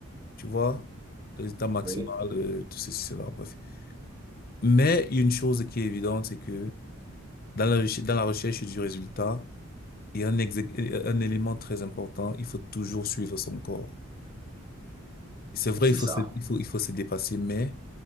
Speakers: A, on the left; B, on the right.
A: tu vois? Le résultat maximal,
B: Oui,
A: euh, tout ceci, cela, bref. Mais il y a une chose qui est évidente, c'est que dans la, reche- dans la recherche du résultat, il y a un, exé- un élément très important, il faut toujours suivre son corps. C'est vrai,
B: c'est
A: il faut
B: ça.
A: se, il faut, il faut se dépasser, mais